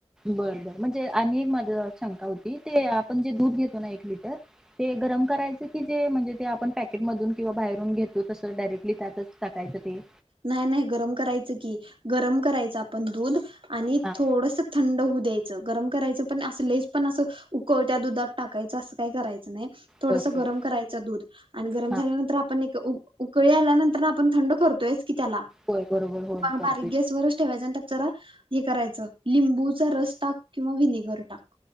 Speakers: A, in the centre; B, on the right.
A: बर बर म्हणजे आणि एक माझ शंका होती, ते आपण जे दूध घेतो ना एक लिटर ते गरम करायच कि जे म्हणजे ते आपण पॅकेट मधून किंवा बाहेरून घेतो तस डायरेक्टली त्यातच टाकायचं ते
B: नाय नई गरम करायचं की, गरम करायचं आपण दूध आणि
A: हा
B: थोडस थंड हू द्यायचं, गरम करायचं पण असं लईच पण असं उकळत्या दुधात टाकायचं, असं काय करायचं नई. थोडसं
A: बर
B: गरम
A: बर
B: करायचं दूध आणि गरम
A: हा
B: झाल्यानंतर आपण एक उब उकळी आल्यानंतरन आपण थंड करतोयच की त्याला
A: होय बरोबर होय
B: <unintelligible>
A: करते
B: बारीक गॅसवर ठेवायच आणि त्यात जरा हे करायचं, लिंबूचा रस टाक किंवा व्हिनेगर टाक.